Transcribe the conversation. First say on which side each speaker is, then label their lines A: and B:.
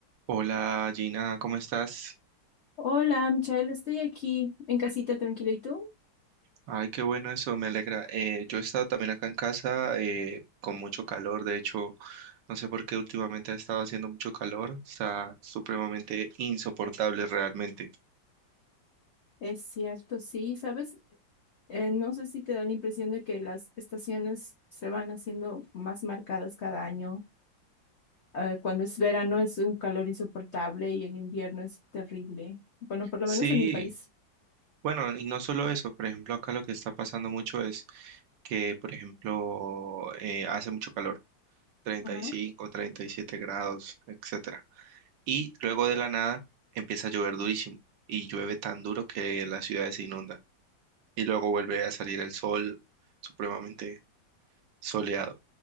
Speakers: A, on the right; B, on the left.
A: Hola Gina, ¿cómo estás?
B: Hola, Michelle, estoy aquí en casita tranquila. ¿Y tú?
A: Ay, qué bueno eso, me alegra. Eh, yo he estado también acá en casa eh, con mucho calor, de hecho, no sé por qué últimamente ha estado haciendo mucho calor, está supremamente insoportable realmente.
B: Es cierto, sí, ¿sabes? Eh, no sé si te da la impresión de que las estaciones se van haciendo más marcadas cada año. Eh, cuando es verano es un calor insoportable y en invierno es terrible. Bueno, por lo
A: Sí,
B: menos en mi país.
A: bueno, y no solo eso, por ejemplo, acá lo que está pasando mucho es que, por ejemplo, eh, hace mucho calor, treinta
B: Ajá.
A: treinta y cinco treinta y siete grados, etcétera. Y luego de la nada empieza a llover durísimo y llueve tan duro que la ciudad se inunda. y luego vuelve a salir el sol supremamente soleado.